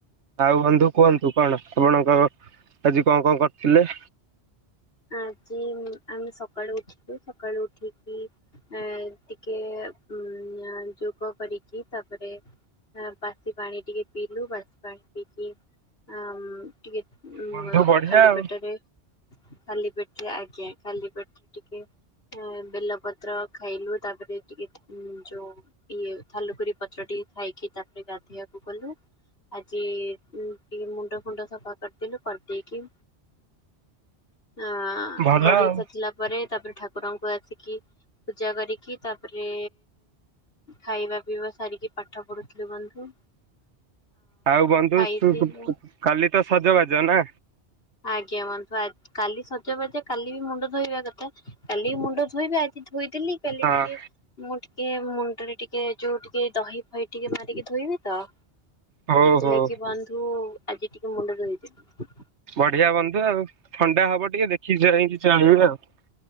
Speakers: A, on the right; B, on the left.
A: ଆଉ ବନ୍ଧୁ କୁହନ୍ତୁ କଣ ଆପଣଙ୍କର ଆଜି କଣ କଣ କରିଥିଲେ?
B: ଆଜି ଆମେ ସକାଳୁ ଉଠି ସକାଳୁ ଉଠିକି ଆ ଟିକେ ଉ ଯୋଗ କରିକି ତାପରେ ବାସି ପାଣି ଟିକେ ପିଇଲୁ ବାସି ପାଣି ପିଇକି ଆ- ଟିକେ
A: ବନ୍ଧୁ ବଢିଆ
B: ଖାଲି
A: ଆଉ
B: ପେଟରେ ଖାଲି ପେଟରେ ଆଜ୍ଞା ଖାଲି ପେଟରେ ଟିକେ ବେଲ ପତ୍ର ଖାଇଲୁ। ତାପରେ ଟିକେ ଯୋଉ ଇଏ ଥାଲୁକୁରି ପତ୍ର ଟିକେ ଖାଇକି ତାପରେ ଗାଧେଇବାକୁ ଗଲୁ। ଆଜି ଟିକେ ମୁଣ୍ଡ ଫୁଣ୍ଡ ସଫା କରିଦେଲୁ। କରିଦେଇକି ଅ
A: ଭଲ
B: କରି
A: ଆଉ।
B: ସାରିଲା ପରେ ତାପରେ ଠାକୁରଙ୍କୁ ଆସିକି ପୂଜା କରିକି ତାପରେ ଖାଇବା ପିଇବା ସାରିକି ପାଠ ପଢୁଥିଲୁ ବନ୍ଧୁ।
A: ଆଉ ବନ୍ଧୁ
B: ଖାଇଥିଲୁ
A: କାଲି ତ ସଜବାଜ ନା।
B: ଆଜ୍ଞା ବନ୍ତୁ କାଲି ସଜବାଜ କାଲି ବି ମୁଣ୍ଡ ଧୋଇବା କଥା କାଲି ବି ମୁଣ୍ଡ ଧୋଇବା। ଆଜି ହୋଇଥିଲି କାଲି
A: ହଁ
B: ଟିକେ ମୁଁ ଟିକେ ମୁଣ୍ଡରେ ଟିକେ ଯୋଉ ଟିକେ ଦହି ଫହି ଟିକେ ମାରିକି ଧୋଇବେ ତ।
A: ହଉ
B: ସେଥିଲାକିି
A: ହଉ।
B: ବନ୍ଧୁ। ଆଜି ଟିକେ ମୁଣ୍ଡ ଧୋଇଥିଲି।
A: ବଢିଆ ବନଧୁ ଆଉ। ଥଣ୍ଡା ହବ ଟିକେ ଦେଖି ଯାଇକି। <unintelligible>